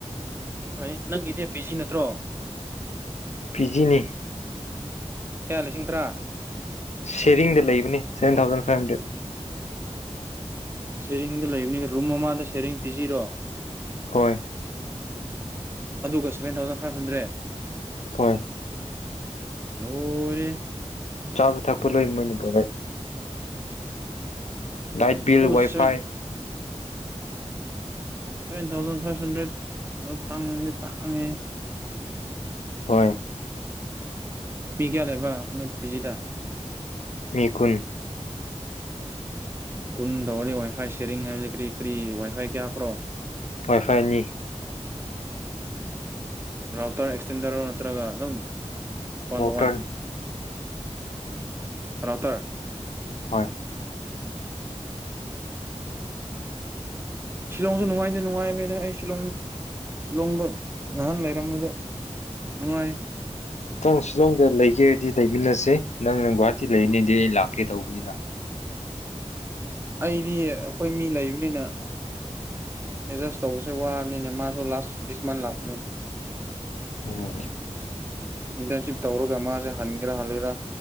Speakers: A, on the right; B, on the left.
A: ꯎ ꯐꯩ ꯅꯪꯒꯤꯗꯤ ꯄꯤꯁꯤ ꯅꯠꯇ꯭ꯔꯣ
B: ꯄꯖꯤꯅꯤ
A: ꯀꯌꯥ ꯂꯤꯁꯤꯡ ꯇꯔꯥ
B: ꯁꯦꯔꯤꯡꯗ ꯂꯩꯕꯅꯦ ꯁꯚꯦꯟ ꯊꯥꯎꯖꯟ ꯐꯥꯏꯚ ꯍꯟꯗ꯭ꯔꯦꯠ
A: ꯁꯦꯔꯦꯡꯗ ꯂꯩꯕꯅꯤꯒ ꯔꯨꯝ ꯑꯃꯗ ꯁꯩꯔꯦꯡ ꯄꯤꯁꯤꯔꯣ
B: ꯍꯣꯏ
A: ꯑꯗꯨꯒ ꯁꯚꯦꯟ ꯊꯥꯎꯖꯟ ꯐꯥꯏꯚ ꯍꯟꯗ꯭ꯔꯦꯠ
B: ꯍꯣꯏ
A: ꯂꯔꯦ
B: ꯆꯥꯕ ꯊꯛꯄ ꯂ ꯏ ꯃꯣꯏꯅꯕꯦ light bill
A: seven
B: wifi
A: seven thousand five ꯍꯟꯗ꯭ꯔꯦꯠꯥꯡꯦ ꯇꯥꯡꯉꯦ
B: ꯍꯣꯏ
A: ꯃꯤ ꯀꯌꯥ ꯂꯩꯦꯕ ꯅꯣꯏ ꯖꯤꯗ
B: ꯃꯤ ꯈꯨꯨꯟ
A: ꯀꯨꯟꯗꯋꯥꯔꯤ ꯋꯥꯏꯐꯥꯏ ꯁꯦꯔꯤꯡ ꯍꯥꯏꯕꯕꯁꯤ ꯀꯔꯤ ꯀꯔꯤ ꯋꯥꯏ ꯐꯥꯏ ꯀꯌꯥꯄ꯭ꯔꯣ
B: ꯐꯣꯏ ꯐꯔꯅꯤ
A: ꯔꯥꯎꯇꯔ ꯑꯦꯛꯇꯟꯗꯔꯣ ꯅꯠꯇ꯭ꯔꯒ ꯑꯗꯨꯝ ꯋꯥꯟ
B: ꯍꯣꯇꯟ
A: ꯇꯨ ꯋꯥꯟ ꯔꯔꯥꯎꯇꯔ
B: ꯍꯣꯏ
A: ꯁꯤꯂꯣꯡꯁꯨ ꯅꯨꯡꯉꯥꯏꯇꯦ ꯅꯨꯡꯉꯥꯏꯃꯤꯅ ꯑꯩ ꯁꯤꯂꯣꯡ ꯁꯤꯂꯣꯡꯗ ꯅꯍꯥꯟ ꯂꯩꯔꯝꯕꯗ ꯅꯨꯡꯉꯥꯏ
B: ꯅꯪ ꯁꯤꯗꯣꯡꯗ ꯂꯩꯒꯦꯔꯗꯤ ꯂꯩꯃꯤꯟꯅꯁꯦ ꯅꯪ ꯅ ꯒꯨꯍꯥꯇꯤ ꯂꯩꯔꯤꯅꯤꯗꯤ ꯑꯩ ꯂꯥꯛꯀꯦ ꯇꯧꯕꯅꯤꯅ
A: ꯑꯩꯗꯤ ꯑꯩꯈꯣꯏ ꯃꯤ ꯂꯩꯕꯅꯤꯅ ꯑꯦꯗꯖꯁ ꯇꯧꯕꯁꯦ ꯋꯥꯅꯤꯅꯦ ꯃꯥꯁꯨ ꯂꯥꯁ ꯗꯤꯁꯃꯥꯟ ꯂꯥꯛꯄꯅꯤ
B: ꯎꯝ
A: ꯏꯟꯇꯔꯟꯁꯤꯞ ꯇꯧꯔꯒ ꯃꯥꯁꯦ ꯍꯟꯒꯦꯔꯥ ꯍꯜꯂꯔꯥ